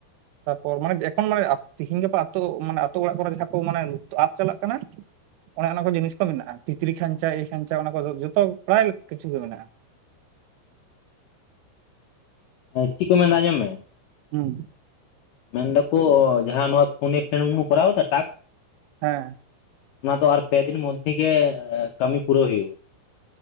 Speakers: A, on the right; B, on the left.
A: ᱛᱟᱯᱚᱨ ᱢᱟᱱᱮ ᱮᱠᱷᱚᱱ ᱢᱟᱱᱮᱼᱼ ᱛᱤᱦᱤᱧ ᱜᱟᱯᱟ ᱟᱛᱳ, ᱢᱟᱱᱮ ᱟᱛᱳ ᱚᱲᱟᱜ ᱠᱚᱨᱮ ᱡᱟᱦᱟᱸ ᱠᱚᱨᱮ ᱢᱟᱱᱮ ᱟᱫ ᱪᱟᱞᱟᱜ ᱠᱟᱱᱟ᱾ ᱚᱱᱮ ᱚᱱᱟ ᱠᱚ ᱡᱤᱱᱤᱥ ᱠᱚ ᱢᱮᱱᱟᱜᱼᱟ᱾ ᱛᱤᱛᱨᱤ ᱠᱷᱟᱧᱪᱟ, ᱤᱭᱟᱹ ᱠᱷᱟᱧᱪᱟ, ᱚᱱᱟ ᱠᱚ ᱡᱚᱛᱚ ᱯᱮᱨᱟᱭ ᱠᱤᱪᱷᱩ ᱜᱮ ᱢᱮᱱᱟᱜᱼᱟ᱾
B: ᱦᱮᱸ, ᱪᱤᱫ ᱠᱚ ᱢᱮᱱᱟ ᱟᱸᱡᱚᱢ ᱢᱮ᱾
A: ᱦᱩᱸ
B: ᱢᱮᱱ ᱫᱟᱠᱚ ᱡᱟᱦᱟᱸ ᱱᱚᱣᱟ ᱯᱷᱳᱱ ᱮ ᱯᱷᱮᱨᱮᱱᱰ ᱵᱚᱱ ᱠᱚᱨᱟᱣ ᱮᱫᱟ ᱴᱟᱥᱠ᱾
A: ᱦᱮᱸ᱾
B: ᱚᱱᱟ ᱫᱚ ᱟᱨ ᱯᱮ ᱫᱤᱱ ᱢᱚᱫᱽᱫᱷᱮ ᱜᱮ ᱠᱟᱹᱢᱤ ᱯᱩᱨᱟᱹᱣ ᱦᱳᱭᱳᱜᱼᱟ᱾